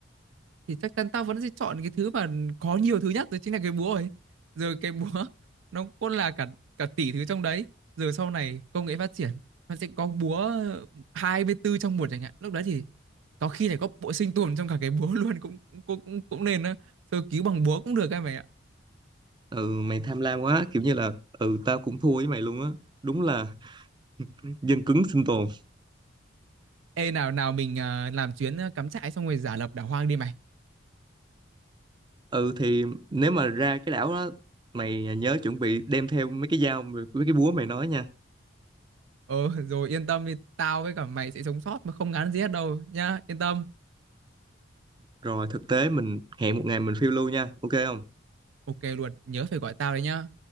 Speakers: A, on the right; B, on the right.
A: thì chắc chắn tao vẫn sẽ chọn cái thứ mà có nhiều thứ nhất rồi chính là cái búa ấy rồi cái búa <laughs> nó cũng là cả cả tỷ thứ trong đấy rồi sau này công nghệ phát triển nó sẽ có búa 24 trong một chẳng hạn lúc đấy thì có khi lại có bộ sinh tồn trong cả cái búa <laughs> luôn cũng cũng cũng cũng, cũng nên đó. sơ cứu bằng búa cũng được các mày ạ
B: ừ mày tham lam quá kiểu như là ừ tao cũng thua với mày luôn á đúng là <laughs> dân cứng sinh tồn
A: ê nào nào mình ờ, làm chuyến ờ, cắm trại xong rồi giả lập đảo hoang đi mày
B: ừ thì nếu mà ra cái đảo đó mày nhớ chuẩn bị đem theo mấy cái dao mấy cái búa mày nói nha
A: ờ <laughs> rồi yên tâm đi tao với cả mày sẽ sống sót mà không ngán gì hết đâu nhá yên tâm
B: rồi thực tế mình hẹn một ngày mình phiêu lưu nha ok không
A: ok luôn nhớ phải gọi tao đấy nhá